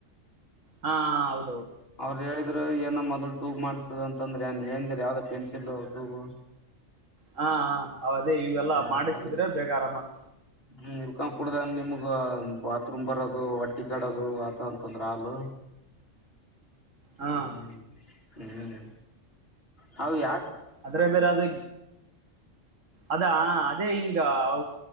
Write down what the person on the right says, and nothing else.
ಹಾ ಹೌದೌದು.
ಹಾ ಹದೇ ಇವೆಲ್ಲ
ಮಾಡಿಸಿದ್ರೆ
ಬೇಗ ಆರಾಮತ್.
ಹಾ
ಅದ್ರೆ ಬೇರೆ ಅದು ಅದಾ. ಅದೇ ಹಿಂಗ ಅ